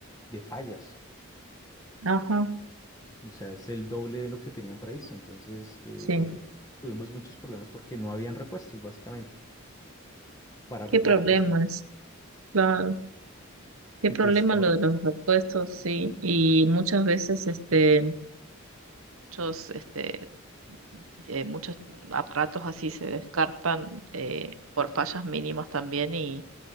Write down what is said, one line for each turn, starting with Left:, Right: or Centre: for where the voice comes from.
Left: de fallas.
Right: Ajá,
Left: O sea, es el doble de lo que tenían previsto. Entonces, eh,
Right: sí.
Left: tuvimos muchos problemas porque no habían repuestos, básicamente, para
Right: ¿Qué
Left: repararlos.
Right: problemas? Claro. ¿Qué
Left: Y
Right: problema
Left: pues todo,
Right: lo de los repuestos? Sí. Y muchas veces, este, muchos, este, eh, muchos aparatos así se descartan eh, por fallas mínimas también y